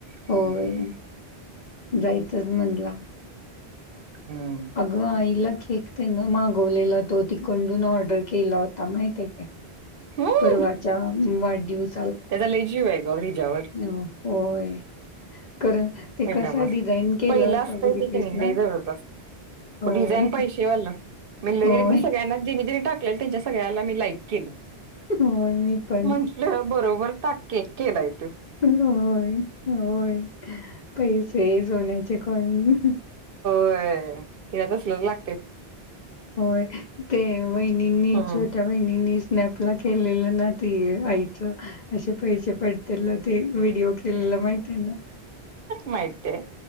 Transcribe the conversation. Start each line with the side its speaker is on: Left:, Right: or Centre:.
Right: हम्म
Left: होय जायचच म्हणला.
Right: हम्म.
Left: ग आईला केक त्यानं मागवलेलं तो तिकडून ऑर्डर केला होता माहितीये काय?
Right: हम्म
Left: परवाच्या वाढदिवस
Right: त्याचा लय जीव आय ग हिच्यावर.
Left: हो होय कारण ते
Right: पहिल्या
Left: कसा
Right: पासून,
Left: डिझाईन केला
Right: पहिला
Left: होता
Right: असतंय
Left: बघितलीस
Right: ती क नाय लय
Left: ना?
Right: जवळचं असतं.
Left: होय,
Right: डिझाईन पैशे वाला मी लय
Left: होय,
Right: मी सगळ्यांना ज्यांनी ज्यांनी टाक लेल्या त्यांच्या सगळ्याला मी लाईक केलं
Left: होय मी पण.
Right: म्हटलं बरोबर टाक केक केलाय त्यो.
Left: होय होय पैसे सोन्याचे कॉइन
Right: व्हय तिला तसंच लाग
Left: होय ते वहिनींनी
Right: हम्म
Left: च त्या वहिनींनी स्नॅपला केलेलं ना ती आईचं असे पैसे पडतेल ते व्हिडिओ केलेला माहिती आय ना?
Right: माहती आय